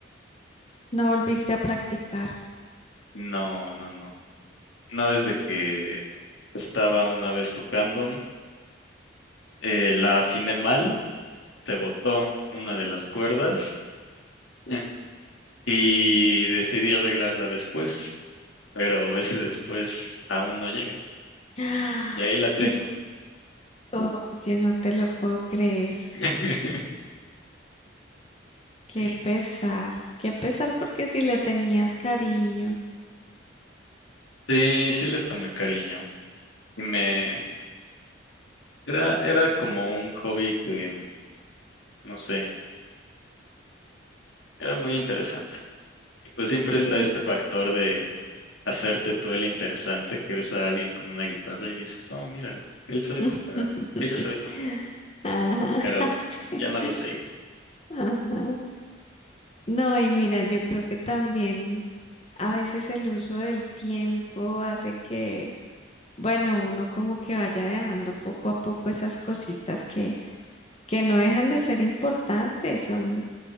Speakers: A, on the left; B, on the left.
A: No volviste a practicar.
B: No, no, no. No desde que estaba una vez tocando, eh, la afiné mal, se botó una de las cuerdas <laughs> y decidí arreglarla después, pero ese después aún no llega.
A: <gasps> ¡Ah!
B: Y ahí la tengo.
A: Y, oye, no te lo puedo creer.
B: <laughs> Sí,
A: Qué pesar, qué pesar porque si le tenías cariño.
B: sí, sí le tomé cariño. Y me, Era, era como un hobby que, mm, no sé, era muy interesante. Y pues siempre
A: Sí.
B: está este
A: es.
B: factor de hacerte tú el interesante, que ves a alguien con una guitarra y dices, oh, míralo, él sabe
A: <laughs>
B: tocar algo, ella sabe tocar algo,
A: Ajá,
B: pero
A: <laughs> sí.
B: ya no lo seguí. ¿En
A: Ajá. No, y mira, yo creo que también a veces el uso del tiempo hace que, bueno, uno como que vaya dejando poco a poco esas cositas que, que no dejan de ser importantes, son